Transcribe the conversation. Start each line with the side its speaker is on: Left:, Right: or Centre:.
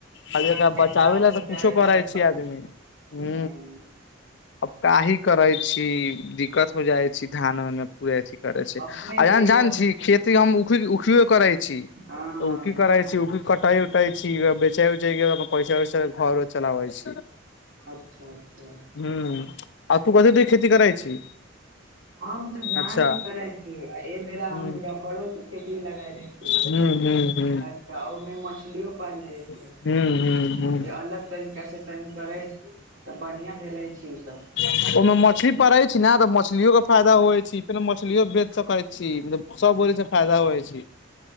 Left: आ
Right: तुरन्ते
Left: एकरा बचाबै
Right: खराब
Left: लए
Right: हो
Left: तऽ
Right: जाय
Left: कुछो
Right: ला
Left: करै छै
Right: फसल
Left: आदमी ह
Right: हँ
Left: अबकाही करै छी दिक्कत हो जाइ छी धान उन मे पूरे अथी करे छै
Right: अपने
Left: अ
Right: के
Left: जान
Right: जोन
Left: जानै छी खेती हम उख उखि कर छी त
Right: हँ हँ
Left: ओ की करै छी ओ की कटाई उटाई छि चैल जइओ उ पैसा उैसा घरो चलाबै छी
Right: अच्छा अच्छा
Left: हूं आ तू कथी क खेती करय छी
Right: हम त धान
Left: अच्छा
Right: क करै छी एहि बेरा
Left: हूं
Right: हम रबरो के खेती लगेले छी
Left: हूं हूं हूं
Right: अच्छा ओमे मछली ओ पाइन रहे छय
Left: हूं हूं
Right: जे अलग तरीका से कनी करै छी तऽ बाढ़िया भेले छियै त
Left: ओहिमें मछली पड़े छै ने तऽ मछलियो के फायदा होइ छै फेर मछलियो बेच सकैत छी की सब बौलै छी फायदा होइ छै